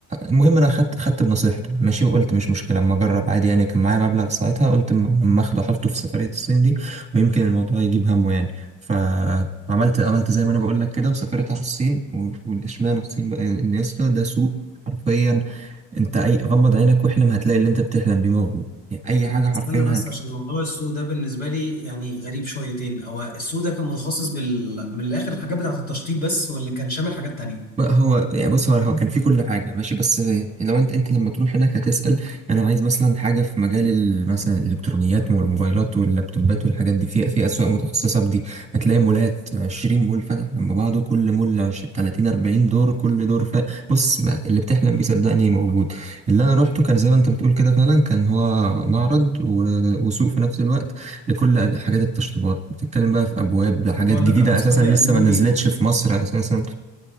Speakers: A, on the right; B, on the left.
A: المهم انا خدت خدت بنصيحته ماشي وقلت مش مشكله اما اجرب عادي يعني كان معايا مبلغ ساعتها قلت اما اما اخده احطه في سفريه الصين دي ويمكن الموضوع يجيب همه يعني ف عملت عملت زي ما انا بقول لك كده وسافرت على الصين و- والاشمعنى الصين بقى ان يا اسطى ده سوق حرفيا انت اي غمض عينك واحلم هتلاقي اللي انت بتحلم بيه موجود يعني اي حاجه حرفيا
B: استنى بس عشان موضوع السوق ده بالنسبه لي يعني غريب شويتين هو السوق ده كان متخصص بال... من الاخر الحاجات بتاعه التشطيب بس ولا كان شامل حاجات تانية
A: بقى هو يعني بص هو هو كان في كل حاجة ماشي بس لو انت انت لما تروح هناك هتسأل انا عايز مثلا حاجة في مجال ال- مثلا الالكترونيات والموبايلات واللابتوبات والحاجات دي في في اسواق متخصصة بدي هتلاقي مولات 20 مول فاتح جنب بعضه كل مول عش- 30 40 دور كل دور ف... بص ما اللي بتحلم بيه صدقني موجود اللي انا روحته كان زي ما انت بتقول كده فعلا كان هو معرض و... وسوق في نفس الوقت لكل حاجات التشطيبات بتتكلم بقى في ابواب لحاجات
B: عايز اقول
A: جديدة
B: لك انا اصحابي
A: اساسا لسه
B: قالوا لي
A: ما نزلتش في مصر اساسا